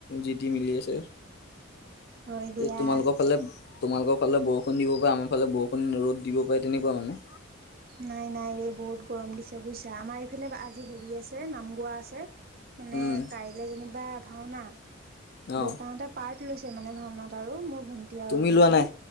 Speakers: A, on the left; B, on the right.
A: জিটি মিলি আছে।
B: হয় দিয়া।
A: তোমালোকৰ ফালে তোমালোকৰ ফালে বৰষুণ দিব প আমাৰ ফালে বৰষুণ ৰ'দ দিব পাৰে তেনেকুৱা মানে।
B: নাই নাই ৰে বহুত গৰম দিছে বুজিছা আমাৰ এইফালে আজি হেৰি আছে নাম গোৱা আছে মানে
A: উম
B: কাইলৈ যেনিবা ভাওনা।
A: অ
B: দেউতাহঁতে পাৰ্ট লৈছে মানে ভাওনাত আৰু মোৰ ভন্টি আৰু
A: তুমি
B: দেউতাই।
A: লোৱা নাই